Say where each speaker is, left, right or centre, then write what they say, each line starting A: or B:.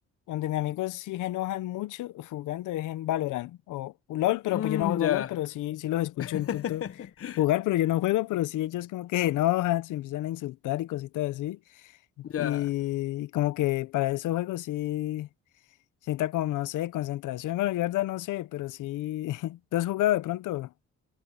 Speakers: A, on the left (about 80°); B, on the left (about 50°).
A: donde mis amigos sí se enojan mucho jugando es en Valorant o LOL, pero
B: Mm,
A: pues yo no juego
B: ya.
A: LOL, pero sí, sí los escucho
B: <laughs>
A: en pronto jugar, pero yo no juego, pero sí ellos como que se enojan, se empiezan a insultar y cositas así.
B: Ya.
A: Y como que para esos juegos sí. Sienta como, no sé, concentración. Bueno, yo la verdad no sé, pero sí. <laughs> ¿Tú has jugado de pronto?